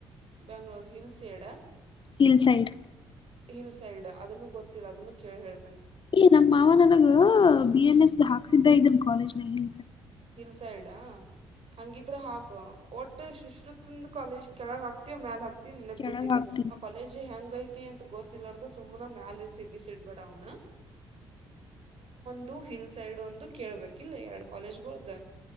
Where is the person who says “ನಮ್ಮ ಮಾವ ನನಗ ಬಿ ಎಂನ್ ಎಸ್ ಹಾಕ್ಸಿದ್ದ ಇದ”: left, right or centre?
Left